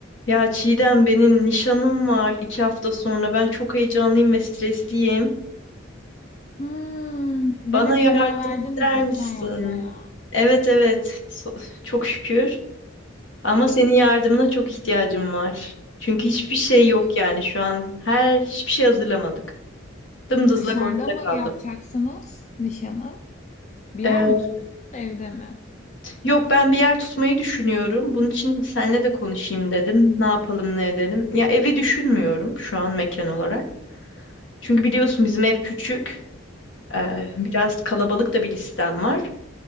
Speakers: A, on the left; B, on the left.
A: Ya Çiğdem benim nişanım var iki hafta sonra. Ben çok heyecanlıyım ve stresliyim.
B: Hmm,
A: Bana
B: demek
A: yardım
B: karar verdiniz
A: eder
B: nişan
A: misin?
B: yapmaya.
A: Evet evet So- çok şükür. Ama senin yardımına çok ihtiyacım var. Çünkü hiçbir şey
B: Şey,
A: yok yani şu an. Her hiçbir şey hazırlamadık. Dımdızlak
B: dışarıda
A: ortada
B: mı
A: kaldım.
B: yapacaksınız nişanı? Bir
A: Ee,
B: yer mi tuttunuz, evde mi?
A: yok ben bir yer tutmayı düşünüyorum. Bunun için seninle de konuşayım dedim. Ne yapalım ne edelim. Ya evi düşünmüyorum şu an mekan olarak. Çünkü biliyorsun bizim ev küçük. Ee, biraz kalabalık da bir listem var.